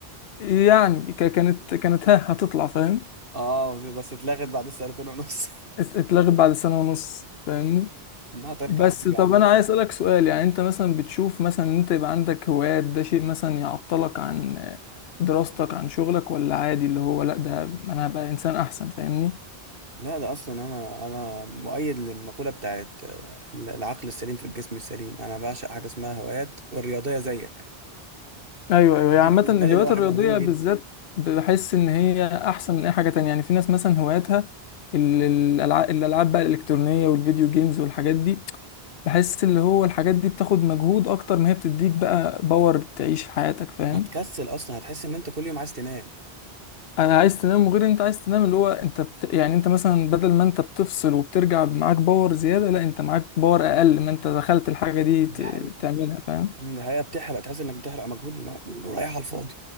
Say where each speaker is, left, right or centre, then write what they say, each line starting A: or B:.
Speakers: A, on the left (about 80°); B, on the right (about 60°).
A: يعني ك- كانت كانت ها هتطلع فاهم
B: اه بس اتلغت بعد السنتين ونص
A: ات- اتلغت بعد سنه ونص فاهمني
B: <laughs> لا هترجع
A: بس
B: هترجع
A: طب
B: يا عم ما
A: انا
B: تقلقش.
A: عايز اسالك سؤال يعني انت مثلا بتشوف مثلا ان انت يبقى عندك هوايات ده شيء مثلا يعطلك عن دراستك عن شغلك ولا عادي اللي هو لا ده انا هبقى انسان احسن فاهمني
B: لا ده اصلا انا انا مؤيد للمقولة بتاعت آه، العقل السليم في الجسم السليم انا بعشق حاجة اسمها هوايات والرياضية زيك
A: ايوه ايوه
B: دي
A: يعني عامه
B: بالنسبة
A: الهوايات
B: لي اللي هو حاجة
A: الرياضيه
B: مهمة جدا
A: بالذات بحس ان هي احسن من اي حاجه تانية يعني في ناس مثلا هواياتها ال- الالعاب الالعاب بقى الالكترونيه والفيديو جيمز والحاجات دي بحس اللي هو الحاجات دي بتاخد مجهود اكتر ما هي بتديك بقى باور تعيش حياتك فاهم
B: هتكسل اصلا هتحس ان انت كل يوم عايز تنام
A: انا عايز تنام وغير إن انت عايز تنام اللي هو انت بت... يعني انت مثلا بدل ما انت بتفصل وبترجع معاك باور زيادة لا انت معاك باور اقل ما انت دخلت الحاجة دي
B: دي
A: ت...
B: حقيقة
A: تعملها فاهم
B: مم، ده حقيقة بتحرق تحس انك بتحرق مجهود ما... رايح على الفاضي